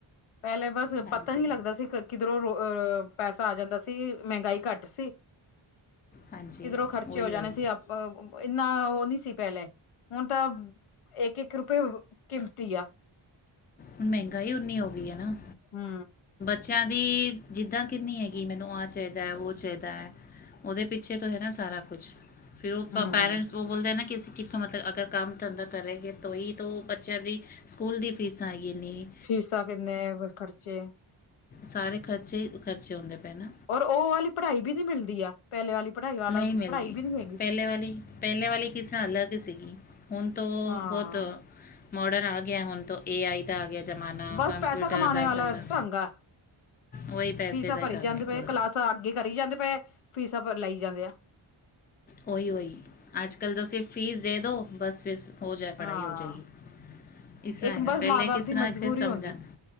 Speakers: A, on the left; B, on the left.
A: ਪਹਿਲਾਂ ਬਸ
B: ਹਾਂਜੀ
A: ਪਤਾ ਨੀ ਲੱਗਦਾ ਸੀ। ਕਿਧਰੋਂ ਅਹ ਪੈਸਾ ਆ ਜਾਂਦਾ ਸੀ ਮਹਿੰਗਾਈ ਘੱਟ ਸੀ।
B: ਹਾਂਜੀ
A: ਕਿਧਰੋਂ ਖਰਚੇ
B: ਉਹੀ
A: ਹੋ ਜਾਣੇ
B: ਉਹੀ
A: ਸੀ ਇੰਨਾ ਉਹ ਨੀ ਸੀ ਪਹਿਲੇ। ਹੁਣ ਤਾਂ ਏਕੇ-ਏਕ ਰੂਪਏ ਕਿਮਤੀ ਆ।
B: ਹੁਣ ਮਹਿੰਗਾਈ ਉਓਨੀ ਹੋ ਗਈ ਹੈ ਨਾ।
A: ਹੂੰ,
B: ਬੱਚਿਆਂ ਦੀ ਜਿੱਦਾਂ ਕਿੰਨੀ ਹੈਗੀ ਮੈਨੂੰ ਆਹ ਚਾਹੀਦਾ ਉਹ ਚਾਹੀਦਾ। ਉਹਦੇ ਪਿੱਛੇ ਤੋਂ ਹੈ ਨਾ ਸਾਰਾ ਕੁੱਛ ਫਿਰ ਉਹ
A: ਹਮ
B: ਪੇਰੈਂਟਸ ਬੋਲਦੇ ਨਾ ਕਿ ਅਸੀਂ ਕਿੱਥੋਂ ਮਤਲਬ ਅਗਰ ਕੰਮ ਧੰਦਾ ਕਰੇਗੇ ਤੋਂ ਹੀ ਤੋਂ ਬੱਚਿਆਂ ਦੀ ਸਕੂਲ ਦੀ ਫੀਸਾਂ ਹੈਗੀਆਂ ਇੰਨੀਆਂ।
A: ਫੀਸਾਂ ਕਿੰਨੇ ਖਰਚੇ।
B: ਸਾਰੇ ਖਰਚੇ ਖਰਚੇ ਹੁੰਦੇ ਪਏ‌ ਨੇ।
A: ਔਰ ਉਹ ਵਾਲੀ ਪੜ੍ਹਾਈ ਵੀ ਨੀ ਮਿਲਦੀ ਆ। ਪਹਿਲੇ ਵਾਲੀ ਪੜ੍ਹਾਈ। ਵਾਲਾ
B: ਨਹੀਂ ਮਿਲਦੀ।
A: ਪੜ੍ਹਾਈ ਵੀ ਨਹੀਂ ਹੈਗੀ
B: ਪਹਿਲੇ ਵਾਲੀ ਪਹਿਲੇ ਵਾਲੀ ਕਿਸ ਤਰ੍ਹਾਂ ਅਲੱਗ ਸੀਗੀ। ਹੁਣ ਬਹੁਤ
A: ਹਾਂ
B: ਮੋਡਰਨ ਆ ਗਿਆ ਹੁਣ ਏ ਆਈ ਤਾਂ ਆ ਗਿਆ। ਜ਼ਮਾਨਾ
A: ਬਸ
B: ਕੰਪਿਊਟਰ
A: ਪੈਸਾ ਕਮਾਣੇ
B: ਦਾ
A: ਵਾਲਾ
B: ਚਲਦਾ।
A: ਢੰਗ ਆ
B: ਉਹੀ ਪੈਸੇ
A: ਫੀਸਾਂ
B: ਦਾ
A: ਭਰੀ
B: ਹੀ ਡਰਨੇ
A: ਜਾਂਦੇ
B: ਆ
A: ਪਏ
B: ਪੂਰਾ।
A: ਕਲਾਸਾਂ ਅੱਗੇ ਕਰੀ ਜਾਂਦੇ ਪਏ। ਫੀਸਾਂ ਲਈ ਜਾਂਦੇ ਆ।
B: ਉਹੀ ਉਹੀ ਅੱਜ ਕੱਲ੍ਹ ਤਾਂ ਸਿਰਫ ਫੀਸ ਦੇ ਦੋ। ਬਸ ਫਿਰ ਹੋ ਜਾਏ ਪੜ੍ਹਾਈ
A: ਹਾਂ
B: ਹੋ ਜਾਏਗੀ। ਇਸ ਤਰ੍ਹਾਂ
A: ਇੱਕ
B: ਹੈਗਾ।
A: ਬਸ
B: ਪਹਿਲੇ
A: ਮਾਂ ਬਾਪ
B: ਕਿਸ
A: ਦੀ
B: ਤਰ੍ਹਾਂਥੇ
A: ਮਜਬੂਰੀ
B: ਸਮਝ
A: ਹੁੰਦੀ
B: ਆਦਾ।